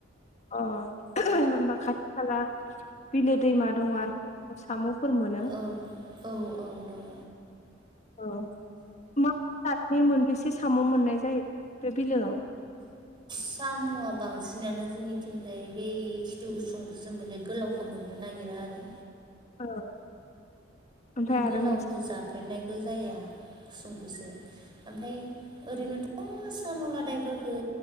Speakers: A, on the left; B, on the right.
A: अ होमबा खाथि खाला बिलो दैमा दं आरो? साम'फोर मोनो।
B: औ औ औ दङ।
A: औ। <unintelligible> मोनबेसे साम' मोननाय जायो बे बिलोआव?
B: साम'आ बांसिनानो जोंनिथिंजाय बे खिथु गुसुंखौसो मोनो गोलाव खौ मोननो नागिरा आरो।
A: औ। ओमफ्राय आरो
B: गोलावखो
A: मोनसे
B: जाफेरनायबो जाया गुसुंखोसो ओमफाय ओरैनोथ ' साम'लादायफोरखो